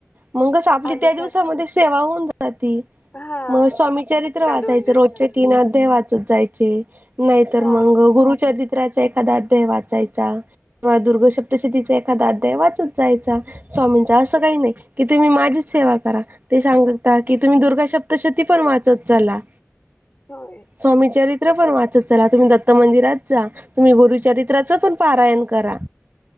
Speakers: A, on the right (about 35°); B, on the left (about 30°).
A: मग आपली
B: आम्ही
A: त्या दिवसामध्ये
B: खात
A: सेवा होऊन जा
B: हा
A: मग स्वामी चरित्र
B: त्या
A: वाचायचे,
B: दोन दिवसामध्ये
A: रोजचे तीन अध्याय वाचत जायचे. नाही तर
B: हा
A: मगं गुरुचरित्राचा एखादा अध्याय वाचायचा. किंवा दुर्ग सप्तशतीचा एखादा, अद्याय वाचत जायचा. स्वामींच असं काही नाही की तुम्ही माझीच सेवा करा. ते सांगता की तुम्ही दुर्गा शब्दशती पण वाचत चला.
B: होय.
A: स्वामी चरित्र पण वाचत चला. तुम्ही दत्त मंदिरात जा, तुम्ही गुरुचरित्राचं पण पारायण करा.